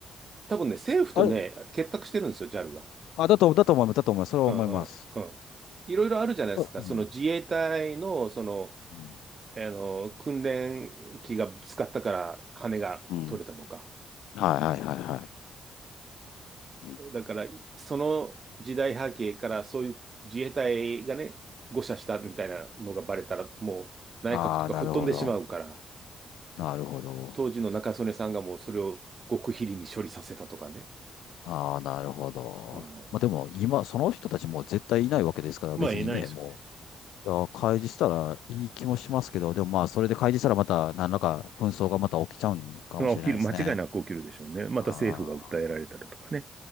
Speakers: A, on the right; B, on the left.
A: 多分ね、政府とね、
B: あれ
A: 結託してるんですよ、JAL が。
B: あ、だと、だと思います。だと思います。それは思います。
A: うんうんうん。いろいろあるじゃないですか。
B: あうん
A: その自衛隊の、その、
B: うん
A: あの、訓練機がぶつかったから羽が取れたとか。
B: うんはいはいはいはい。うん
A: だから、その時代背景からそういう自衛隊がね、誤射したみたいなのがバレたら、もう内閣とか吹っ飛んでしまうから、
B: ああ、なるほど。なるほど。
A: 当時の中曽根さんがもうそれを極秘裏に処理させたとかね。
B: ああ、なるほど。
A: うん、
B: まあでも今、その人たちもう絶対いないわけですから、
A: まあ、
B: 別にね、
A: 言えないですよ
B: もいや、開示したらいい気もしますけど、でもまあ、それで開示したらまた、何らか紛争がまた起きちゃうんかもしれないですね。
A: まあ、起きる、間違いなく起きるでしょうね。また政府が訴えられたりとかね、
B: ああ、